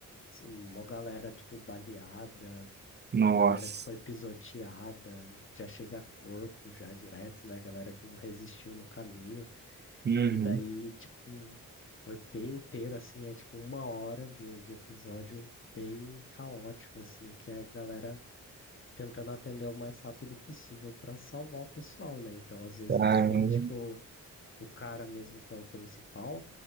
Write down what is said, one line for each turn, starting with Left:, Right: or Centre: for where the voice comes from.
Left: s- mó galera tipo baleada,
Right: Nossa.
Left: galera que foi pisoteada, já chega corpo já direto, né? Galera que não resistiu no caminho.
Right: Uhum.
Left: E daí, tipo, o EP inteiro, assim, é tipo uma hora de, de episódio bem caótico, assim, que a galera tentando atender o mais rápido possível para salvar o pessoal, né? Então, às vezes
Right: Caramba.
Left: eles têm, tipo, o cara mesmo que é o principal,